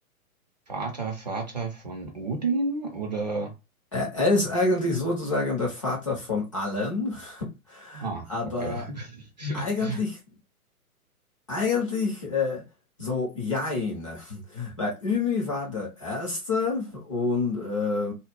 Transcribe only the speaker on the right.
Vater, Vater von Odin oder?
Ah,
okay. <laughs>